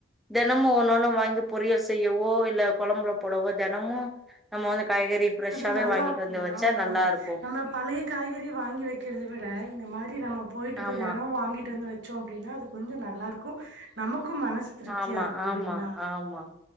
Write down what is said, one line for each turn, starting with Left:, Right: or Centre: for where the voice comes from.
Centre: தெனமும் ஒன்னொன்ன வாங்கி பொரியல் செய்யவோ இல்ல கொழம்புல போடவோ தெனமும் நம்ம வந்து காய்கறி ஃப்ரெஷ்ஷாவே
Right: அது நல்லா
Centre: வாங்கிட்டு
Right: இருக்கும்
Centre: வந்து வச்சா
Right: ஆமா
Centre: நல்லா
Right: ஆமா
Centre: இருக்கு
Right: நம்ம பழைய காய்கறி வாங்கி வைக்கிறத விட இந்த மாதிரி நம்ம போயிட்டு இப்போ
Centre: ஆமா
Right: தெனம் வாங்கிட்டு வந்து வச்சோம் அப்பிடின்னா அது கொஞ்சம் நல்லாயிருக்கும் நமக் க்கும் மனசு திருப்தியா
Centre: ஆமா
Right: இருக்கும் இல்லீங்களா
Centre: ஆமா ஆமா